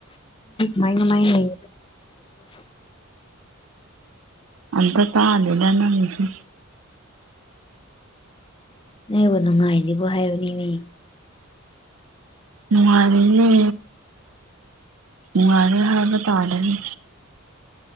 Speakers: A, on the left; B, on the right.
A: ꯃꯥꯏꯡ ꯃꯥꯏ ꯂꯩ
B: ꯑꯇ ꯇꯥꯍꯂ ꯂꯅ ꯍꯧꯁꯤ
A: ꯅꯕꯨ ꯅꯨꯡꯉꯥꯏꯅꯦꯕꯣ ꯍꯥꯏꯕꯅꯤꯅꯦ
B: ꯅꯨꯡꯉꯔꯤꯅꯦ ꯃꯉꯔꯦ ꯍ ꯍꯕꯇꯥꯔꯕꯤ